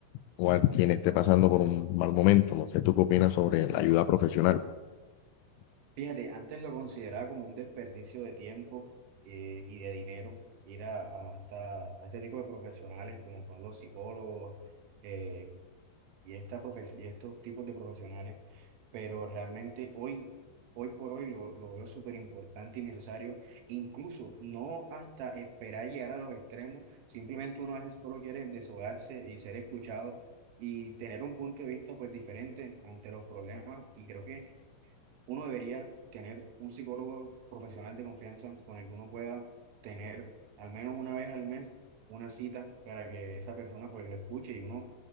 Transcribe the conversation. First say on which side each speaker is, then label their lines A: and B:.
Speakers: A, on the left; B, on the right.
A: o a quien esté pasando por un mal momento. No sé, ¿tú qué opinas sobre la ayuda profesional?
B: Fíjate, antes lo consideraba como un desperdicio de tiempo eh, y de dinero ir a, a- hasta, a este tipo de profesionales como son los psicólogos, eh, y, esta profe- y estos tipos de profesionales, pero realmente hoy, hoy por hoy lo, lo veo súper importante y necesario, incluso no hasta esperar llegar a los extremos, simplemente uno a veces solo quiere desahogarse y ser escuchado y tener un punto de vista pues diferente ante los problemas y creo que uno debería tener un psicólogo profesional de confianza con el que uno pueda tener al menos una vez al mes una cita para que esa persona pues lo escuche y uno